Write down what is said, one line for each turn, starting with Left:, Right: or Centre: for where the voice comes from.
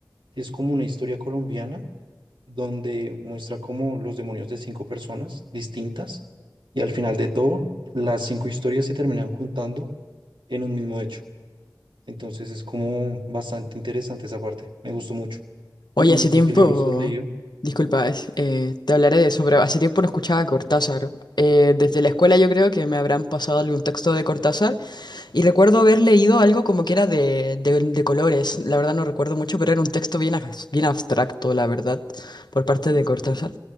Right: es como una historia colombiana donde muestra como los demonios de cinco personas distintas y al final de todo las cinco historias se terminan juntando en un mismo hecho. Entonces es como bastante interesante esa parte, me gustó mucho.
Left: Oye,
Right: ¿Tú- ¿Y
Left: hace
Right: tú
Left: tiempo,
Right: qué libros has leído?
Left: disculpa, es- eh, te hablaré de eso, pero hace tiempo no escuchaba a Cortázar. Eh, desde la escuela yo creo que me habrán pasado algún texto de Cortázar. Y recuerdo haber leído algo como que era de, de- de colores, la verdad no recuerdo mucho, pero era un texto bien, abs- bien abstracto, la verdad, por parte de Cortázar.